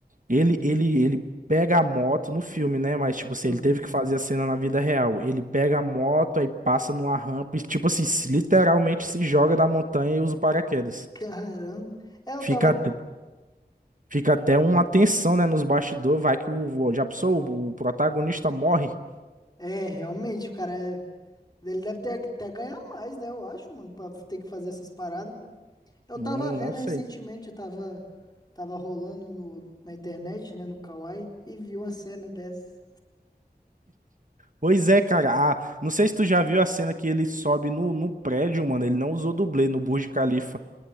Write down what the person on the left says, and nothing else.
Ah,
caramba. É, eu
tava.
É, realmente, o cara é- ele deve ter, até ganhar mais, né? Eu acho, mano, pra ter que fazer essas paradas. Eu
tava vendo
recentemente, eu tava, tava rolando no, na internet, né, no Kawaii, e vi uma cena dessa.